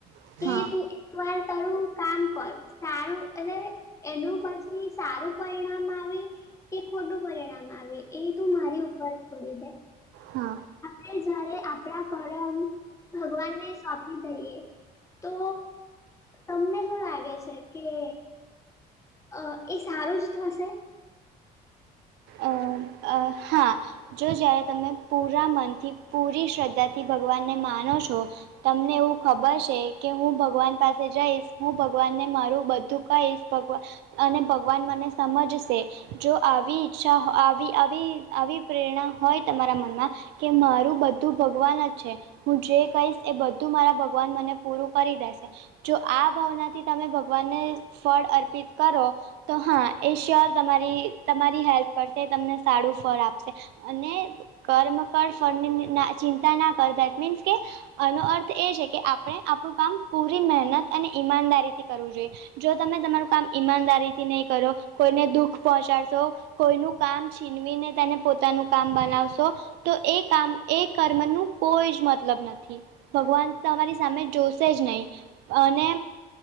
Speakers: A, on the right; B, on the left.
A: હા
B: કે તું એક વાર તારું કામ કર. સારું અને એનું પછી સારું પરિણામ આવે કે ખોટું પરિણામ આવે એ તું મારી ઉપર છોડી દે.
A: હા.
B: કે જયારે આપણા કરમ ભગવાનને સોંપી દઈએ. તો તમને શું લાગે છે કે. અ એ સારું જ થશે?
A: અ આ. હા. જો જ્યારે તમે પૂરા મનથી પૂરી શ્રદ્ધાથી ભગવાનને માનો છો. તમને એવું ખબર છે કે હું ભગવાન પાસે જઈશ હું ભગવાનને મારું બધું કહીશ. ભગવા અને ભગવાન મને સમજશે જો આવી ઈચ્છા આવી આવી આવી પ્રેરણા હોય તમારા મનમાં કે મારું બધું તું ભગવાન જ છે હું જે કહીશ એ બધું મારા ભગવાન મને પૂરું કરી દેશે. જો આ ભાવનાથી તમે ભગવાનને ફળ અર્પિત કરો. તો હા એ શ્યોર તમારી તમારી હેલ્પ કરશે તમને સાડુ આપસે અને કર્મ કર ફળ ની ની ના ચિતા ના કર દેટ મીન્સ કે આનો અર્થ એ છે કે આપણે આપણું કામ પૂરી મહેનત અને ઈમાનદારીથી કરવું જોઈએ. જો તમે તમારું કામ ઈમાનદારીથી નહીં કરો કોઈને દુઃખ પહોંચાડશો કોઈનું કામ છીનવીને તેને પોતાનું કામ બનાવશો. તો એ કામ એ કર્મનું કોઈ જ મતલબ નથી. ભગવાન તમારી સામે જોશે જ નહીં. અને